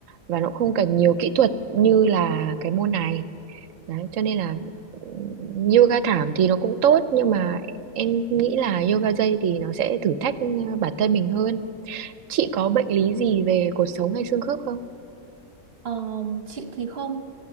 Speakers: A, on the right; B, on the right.
A: và nó cũng không cần nhiều kỹ thuật như là cái môn này đấy cho nên là ừm, yoga thảm thì nó cũng tốt nhưng mà em nghĩ là yoga dây thì nó sẽ thử thách ừ, bản thân mình hơn chị có bệnh lý gì về cột sống hay xương khớp không
B: Ờ, chị thì không